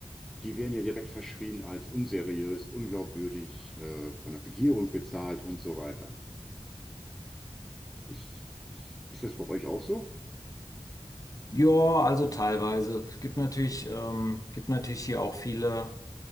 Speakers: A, in the centre; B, on the left.
A: die werden ja direkt verschrien als unseriös, unglaubwürdig, äh, von der Regierung bezahlt und so weiter. Ich, ich, ist das bei euch auch so?
B: Ja, also teilweise. Es gibt natürlich, ähm, gibt natürlich hier auch viele.